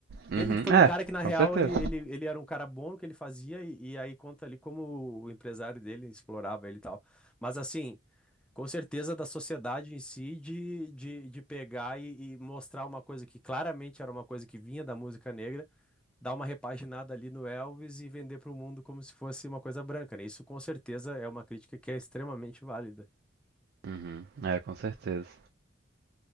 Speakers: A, on the right (about 50°); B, in the centre.
A: Uhum.
B: que ele foi
A: É,
B: um cara que, na real,
A: com certeza.
B: ele, ele, ele era um cara bom no que ele fazia, e, e aí conta ali como o empresário dele explorava ele e tal. Mas assim, com certeza da sociedade em si de, de, de pegar e, e mostrar uma coisa que claramente era uma coisa que vinha da música negra, dar uma repaginada ali no Elvis e vender para o mundo como se fosse uma coisa branca, né? Isso com certeza é uma crítica que é extremamente válida.
A: Uhum. É, com certeza.